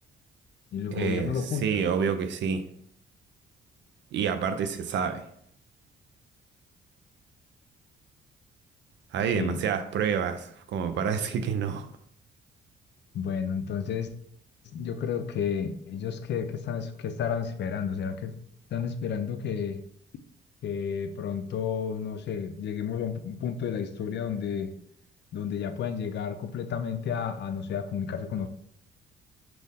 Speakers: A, on the left; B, on the right.
A: y el
B: Eh,
A: gobierno lo
B: sí,
A: oculta?
B: obvio que sí. Y aparte se sabe. Hay
A: Sí.
B: demasiadas pruebas como para <laughs> decir que no.
A: Bueno, entonces yo creo que ellos que, están, es- qué estarán esperando. ¿Será que están esperando que, que de pronto, no sé, lleguemos a un, un punto de la historia donde, donde ya puedan llegar completamente a, a, no sé, a comunicarse